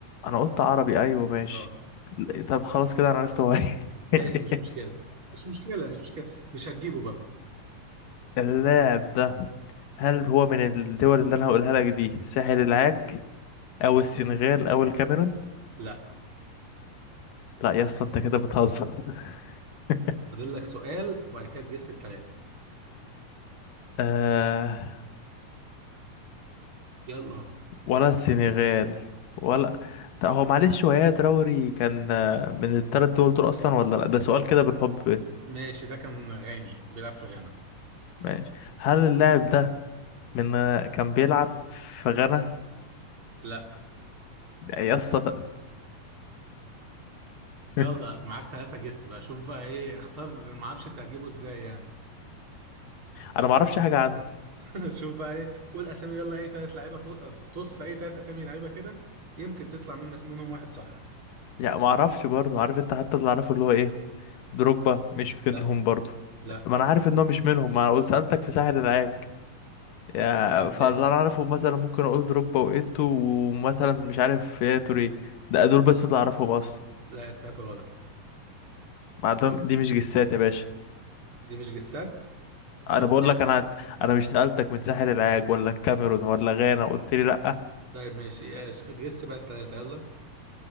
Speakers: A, on the left; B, on the right.
A: انا قلت عربي ايوه ماشي
B: اه
A: ل- طب خلاص كده انا عرفت هو ايه
B: ماشي
A: <laughs>
B: مش مشكلة مش مشكلة مش مشكلة مش هتجيبه برضه
A: اللاعب ده هل هو من الدول اللي انا هقولها لك دي ساحل العاج او السنغال او الكاميرون
B: لا
A: لا يا اسطى انت كده بتهزر <laughs>
B: فاضل لك سؤال وبعد كده تجس التلاتة
A: آه
B: يلا
A: ولا السنغال ولا طب هو معلش هو يا تراوري كان آه، من الثلاث دول دول اصلا ولا لا ده سؤال كده بالحب
B: ماشي ده كان غاني بيلعب في غانا
A: ماشي هل اللاعب ده من كان بيلعب في غانا
B: لا
A: يا اسطى ت- <laughs>
B: يلا معاك تلاتة جس بقى شوف بقى ايه اختار ما اعرفش انت هتجيبه ازاي يعني
A: انا ما اعرفش حاجه عنه
B: <laughs> شوف بقى ايه قول اسامي يلا اي تلات لعيبه ط- طص اي تلات اسامي لعيبه كده يمكن تطلع منك منهم واحد صح
A: يعني ما اعرفش برضه عارف انت حتى اللي اعرفه اللي هو ايه دروجبا مش
B: لا
A: منهم برضه
B: لا
A: ما انا عارف ان هو مش منهم ما انا سالتك في ساحل العاج يا
B: مين
A: فاللي
B: تاني
A: انا اعرفه مثلا ممكن اقول دروجبا وايتو ومثلا مش عارف يا توري ده دول بس اللي اعرفهم اصلا
B: لا تلاتة غلط
A: بعدهم دي مش جسات يا باشا
B: دي مش جسات
A: انا
B: طيب
A: بقول
B: ماشي
A: لك انا انا مش سالتك من ساحل العاج ولا الكاميرون ولا غانا وقلت لي لا
B: طيب ماشي إيه، جس بقى التلاتة يلا